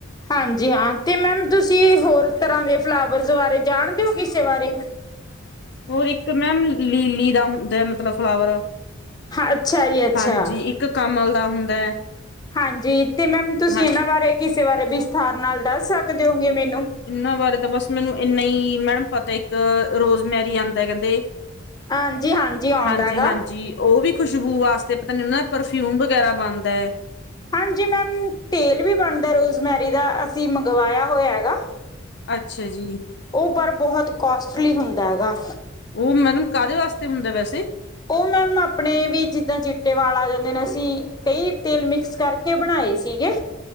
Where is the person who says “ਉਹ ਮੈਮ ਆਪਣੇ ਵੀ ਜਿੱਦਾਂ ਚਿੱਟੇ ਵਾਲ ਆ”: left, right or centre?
Left